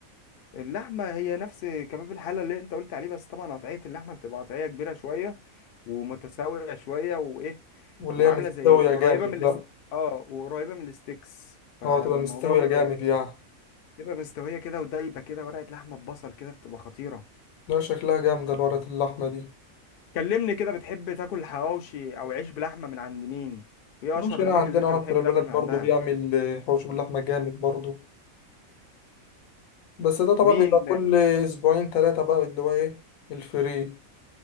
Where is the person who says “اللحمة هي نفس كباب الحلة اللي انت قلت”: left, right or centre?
Left